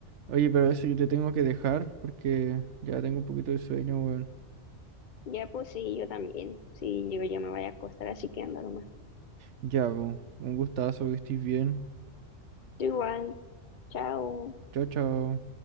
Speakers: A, on the right (about 70°); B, on the left (about 45°).
A: Oye, pero eso yo te tengo que dejar porque ya tengo un poquito de sueño, weón.
B: Ya pues sí, yo también. Sí, yo ya me voy a acostar, así que andar
A: Ya, po, un gustazo, que estés bien.
B: igual. chao
A: Chao, chao.